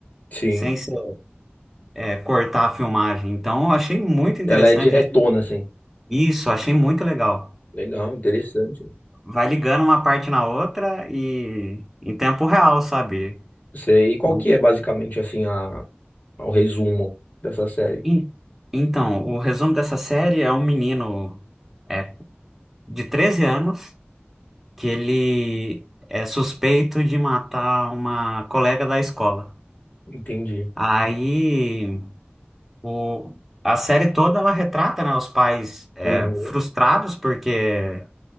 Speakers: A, on the left; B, in the centre.
A: Sim.
B: sem, se- é, cortar a filmagem. Então, eu achei muito interessante.
A: Ela é diretona, assim.
B: Isso, achei muito legal.
A: Legal, interessante. Não
B: Vai ligando uma parte na outra e em tempo real, sabe?
A: sei. E qual
B: Não-
A: que é, basicamente, assim, a, o resumo dessa série?
B: En- Então, o resumo dessa série é um menino é, de 13 anos que ele é suspeito de matar uma colega da escola.
A: Entendi.
B: Aí o, a série toda ela retrata, né, os pais é,
A: Uhum.
B: frustrados porque